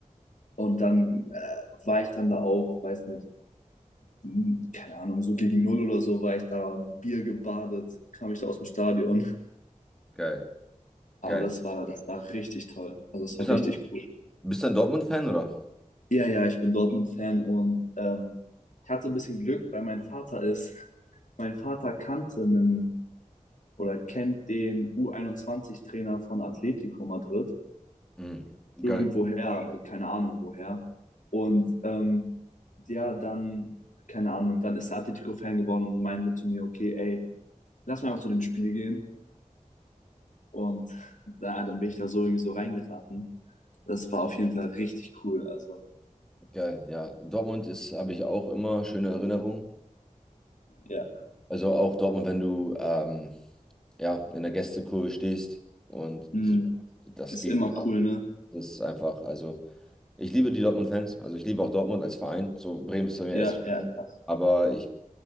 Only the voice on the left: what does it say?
und dann äh, war ich dann da auch, weiß nicht hm, keine Ahnung, so gegen null oder so war ich da Bier gebadet, kam ich da aus dem Stadion.
Aber
das war, das war richtig toll. Also das
war
richtig cool.
Ja, ja, ich bin Dortmund-Fan und ähm, ich hatte ein bisschen Glück, weil mein Vater ist, mein Vater kannte einen oder kennt den U21-Trainer von Atletico Madrid.
Irgendwoher,
keine Ahnung woher. Und ähm, ja, dann, keine Ahnung, dann ist er Atletico-Fan geworden und meinte zu mir, okay, ey, lass mal einfach zu dem Spiel gehen. Und da, dann bin ich da so irgendwie so reingeraten. Das war auf jeden Fall richtig cool. Also,
ja.
Hm,
ist
immer cool, ne?
Ja,
ja, ja.